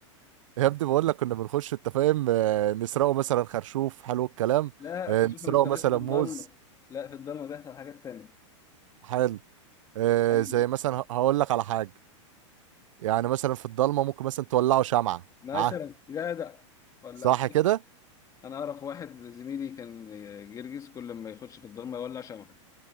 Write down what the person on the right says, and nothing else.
يا ابني بقول لك كنا بنخش انت فاهم آه، نسرقه مثلا خرشوف حلو الكلام
آه،
نسرقه
مثلا
موز
حلو آه،
زي مثلا ه- هقول لك على حاجه يعني مثلا في الضلمه ممكن مثلا تولعه شمعه
اه
صح
كده